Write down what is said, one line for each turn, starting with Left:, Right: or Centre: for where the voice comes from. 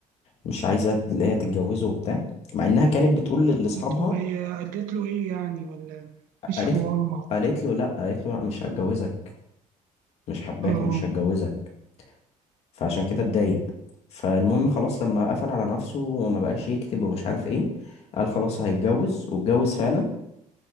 Left: مش عايزة اللي هي تتجوزه وبتاع مع إنها كانت بتقول لأصحابها
Right: طب هي قالت له ايه يعني ولا مفيش
Left: قالت
Right: حوار مع
Left: قالت له لأ قالت له لأ مش هتجوزك مش حباك
Right: اه
Left: ومش هتجوزك فعشان كده اتضايق فالمهم خلاص لما قفل على نفسه وما بقاش يكتب ومش عارف ايه قال خلاص هيتجوز واتجوز فعلا